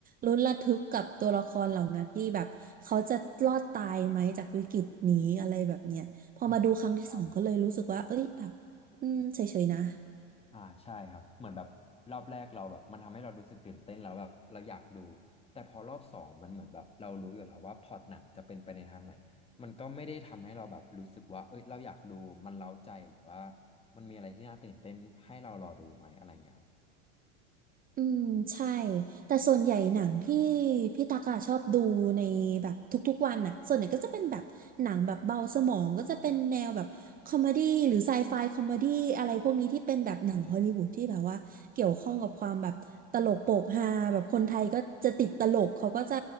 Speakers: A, on the right; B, on the left.
A: ลุ้นระทึกกับตัวละครเหล่านั้นที่แบบเขาจะรอดตายไหมจากวิกฤตนี้อะไรแบบเนี้ยพอมาดูครั้งที่สองก็เลยรู้สึกว่าเอ้ยแบบอืมเฉยๆนะ
B: อืมใช่ครับ อ่าใช่ครับเหมือนแบบรอบแรกเราแบบมันทำให้เรารู้สึกตื่นเต้นแล้วแบบเราอยากดูแต่พอรอบสองมันเหมือนแบบเรารู้อยู่แล้วว่าพล็อตหนังจะเป็นไปในทางไหนมันก็ไม่ได้ทำให้เราแบบรู้สึกว่าเอ้ยเราอยากดูมันเร้าใจหรือว่ามันมีอะไรที่น่าตื่นเต้นให้เรารอดูไหมอะไรอย่างเงี้ยครับ
A: อืมใช่แต่ส่วนใหญ่หนังที่พี่ตักอะชอบดูในแบบทุกๆวันอะส่วนใหญ่ก็จะเป็นแบบหนังแบบเบาสมองก็จะเป็นแนวแบบคอมเมดี้หรือไซไฟคอมเมดี้อะไรพวกนี้ที่เป็นแบบหนังฮอลลีวูดที่แบบว่าเกี่ยวข้องกับความแบบตลกโปกฮาแบบคนไทยก็จะติดตลกเขาก็จะ
B: อืม